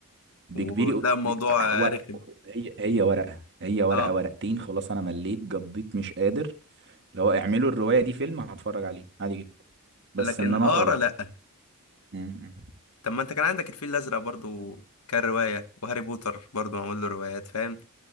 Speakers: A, on the right; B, on the left.
A: بكبيري
B: وتلاقي
A: و...
B: الموضوع آه،
A: و...
B: رخم
A: هي هي ورقة هي ورقة
B: اه
A: ورقتين خلاص انا مليت قضيت مش قادر اللي هو اعملوا الرواية دي فيلم هتفرج عليه عادي جدا بس
B: لكن
A: ان انا
B: اقرا
A: اقرا لا
B: لا
A: م-م.
B: طب ما انت كان عندك الفيل الازرق برضه كان رواية وهاري بوتر برضه معمول له روايات فاهم